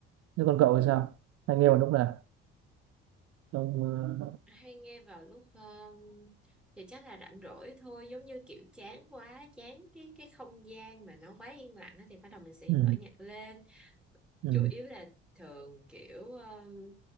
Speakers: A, on the right; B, in the centre.
A: thế còn cậu thì sao hay nghe vào lúc nào trong ờ,
B: hay nghe vào lúc um, thì chắc là rảnh rỗi thôi giống như kiểu chán quá chán cái cái không gian mà nó quá yên lặng á, thì bắt đầu mình sẽ
A: ừ,
B: mở nhạc lên
A: ừ,
B: chủ yếu là thường kiểu um,